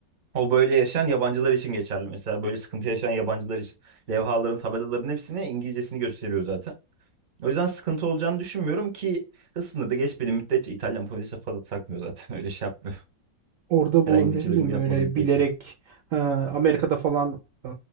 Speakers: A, on the right; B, on the right.
A: O böyle yaşayan yabancılar için geçerli mesela. Böyle sıkıntı yaşayan yabancılar için. Levhaların, tabelaların hepsine İngilizcesini gösteriyor zaten. O yüzden sıkıntı olacağını düşünmüyorum ki hız sınırı da geçmediği müddetçe İtalyan polisi fazla takmıyor zaten. <laughs> Öyle şey yapmıyor.
B: Orada
A: Herhangi
B: bu
A: bir
B: ne
A: çılgınlık
B: bileyim
A: yapmadığı
B: böyle
A: müddetçe.
B: bilerek e, Amerika'da falan e,